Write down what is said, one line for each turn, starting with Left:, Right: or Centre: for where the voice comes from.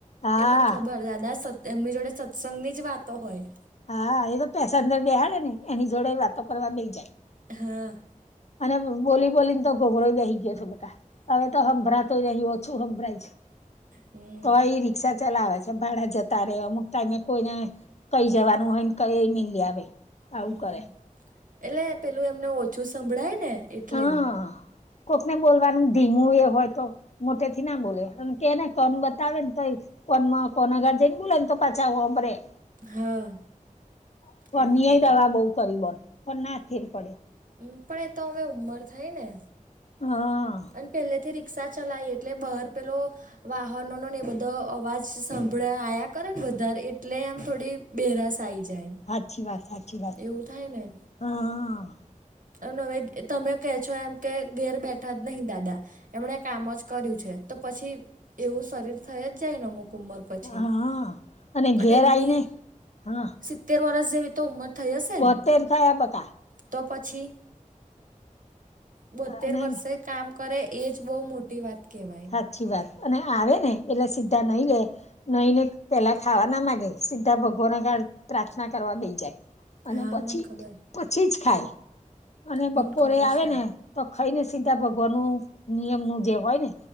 Left: હા
Right: એ મને ખબર દાદા સતસં એમની જોડે સત્સંગની જ વાતો હોય.
Left: હા એ તો પેસેન્જર બેહાડે ને એની જોડે વાતો કરવા બેઈ જાય.
Right: હા
Left: અને બોલી બોલીને તો ગોઘરો બેહી ગયો છે બકા હવે તો હંભરા તો નહી ઓછું સંભળાય છે.
Right: હમ
Left: તોય રી રિક્ષા ચલાવે છે ભાડા જતા રહે અમુક ટાઈમે કોઈને કઈ જવાનું હોય ને કઈ મેલી આવે. આવું
Right: હમ
Left: કરે
Right: એટલે પેલું એમને ઓછું સંભળાય ને એટલે,
Left: હા કોકને બોલવાનું ધીમું એ હોય તો મોટે થી ના બોલે અને કેને કોન બતાવે ને તોય કોન કોનાગાર્જન બોલે ને તો પાછાે <unintelligible>
Right: હા
Left: <inaudible>
Right: એવું થાય
Left: દવા બવ કરી બન પણ ના ફેર પડ્યો.
Right: મ પણ એ તો અમે ઉંમર થાય ને?
Left: હા
Right: અને પહેલેથી રિક્ષા ચલાવી એટલે બહાર પેલો વાહનો નો ને એ બધો અવાજ સાંભળાયા કરે ને બારે એટલે આમ થોડી બેરાશ આઇ જાય.
Left: હાચી વાત હાચી વાત,
Right: એવું થાય ને
Left: હંમમ.
Right: અને ઍ તમે કહે છો એમ કે ઘેર બેઠા જ નહી દાદા, એમને કામ જ કર્યું છે તો પછી એવું શરીર થઈ જ જાયને અમુક ઉંમર પર પછી,
Left: હા ઘેર
Right: અને
Left: આઈને
Right: મેં
Left: હા
Right: સિત્તેર વર્ષ જેવી તો ઉંમર થઈ હશે
Left: બોતેર
Right: ને?
Left: થયા બકા
Right: તો પછી, બોતેર
Left: અને
Right: વર્ષે કામ કરે એ જ બહુ મોટી વાત કહેવાય.
Left: સાચી વાત અને આવે ને એટલે સીધા નાહી લે. નાહીને પેલા ખાવા ના માંડે સીધા ભગવાન આગળ પ્રાર્થના કરવા બેસી જાય. અને
Right: હા
Left: પછી
Right: મને ખબર
Left: પછી જ ખાય, અને
Right: મને
Left: બપોરે
Right: ખબર
Left: આવે
Right: છે
Left: ને તો ખાઈને સીધા ભગવાનું નિયમનું જે હોય ને.